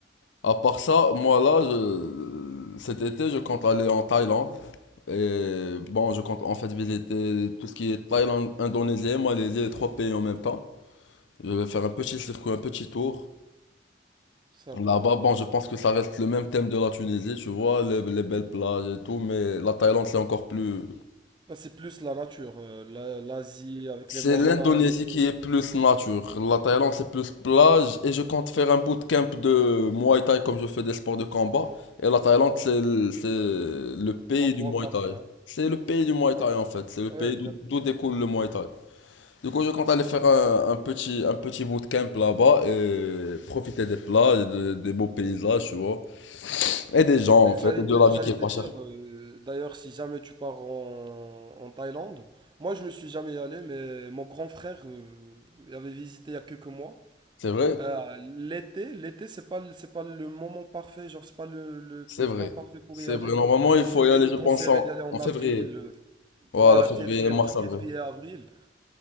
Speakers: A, on the left; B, on the right.
A: À part ça, moi là, je... cet été, je compte aller en Thaïlande. Et bon, je compte en fait visiter tout ce qui est Thaïlande, Indonésie, Malaisie, les trois pays en même temps. Je vais faire un petit circuit, un petit tour.
B: sympa
A: Là-bas, bon, je pense que ça reste le même thème de la Tunisie, tu vois, les, les belles plages et tout, mais la Thaïlande, c'est encore plus...
B: Là, c'est plus la nature euh, la- l'Asie avec
A: C'est
B: les montagnes
A: l'Indonésie
B: et tout
A: qui est plus nature. La Thaïlande, c'est plus plage. Et je compte faire un bootcamp de Muay Thai comme je fais des sports de combat. Et la Thaïlande, c'est le, c'est le pays
B: c'est l'endroit
A: du Muay
B: parfait
A: Thai.
B: hein.
A: C'est le pays du Muay Thai en fait. C'est le
B: Ouais
A: pays
B: exactement
A: d'où d'où découle le Muay Thai. Du coup, je compte aller faire un, un petit, un petit bootcamp là-bas et profiter des plages, et de- des beaux paysages, tu vois. Et des gens
B: J'allais
A: en fait, et de
B: te,
A: la
B: j'allais
A: vie qui est
B: te
A: pas
B: dire,
A: chère.
B: euh, d'ailleurs, si jamais tu pars en, en Thaïlande, moi je ne suis jamais allé, mais mon grand frère euh, il avait visité il y a quelques mois.
A: C'est vrai?
B: Euh, l'été, l'été, c'est pas, le- c'est pas le moment parfait, genre c'est pas le, le-
A: C'est
B: le
A: vrai.
B: temps parfait pour
A: C'est
B: y aller.
A: vrai. Normalement, il
B: Je,
A: faut y aller,
B: je te
A: je
B: conseillerais
A: pense, en,
B: d'y aller en
A: en
B: avril,
A: février.
B: euh,
A: Voilà,
B: voilà,
A: février,
B: février,
A: mars,
B: entre février
A: avril.
B: et avril.